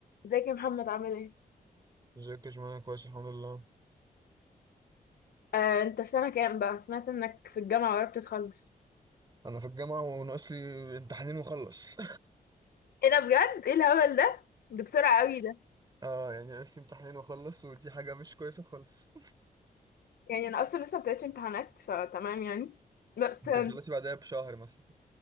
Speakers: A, on the left; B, on the right.
A: ازيك يا محمد عامل ايه؟
B: ازيك يا جماعة كويس الحمد لله
A: آه، انت في سنة كام بقى؟ سمعت انك في الجامعة وقربت تخلص
B: انا في الجامعة وناقص لي امتحانين واخلص
A: ايه ده بجد؟ ايه الهبل ده؟ ده بسرعة قوي ده
B: <laughs> اه يعني ناقص لي امتحانين واخلص ودي حاجة مش كويسة خالص
A: يعني انا اصلا لسه مبدأتش امتحانات فتمام يعني بس
B: انت
A: <laughs>
B: تخلصي بعدها بشهر مثلا